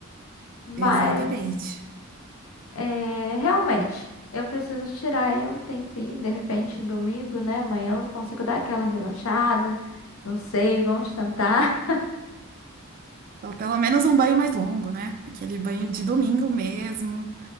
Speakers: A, on the left; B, on the right.
A: Mas
B: Exatamente.
A: é, realmente, eu preciso tirar aí um tempinho, de repente, domingo, né? Amanhã eu consigo dar aquela relaxada. Não sei, vamos tentar.
B: Ou pelo menos um banho mais longo, né? Aquele banho de domingo mesmo,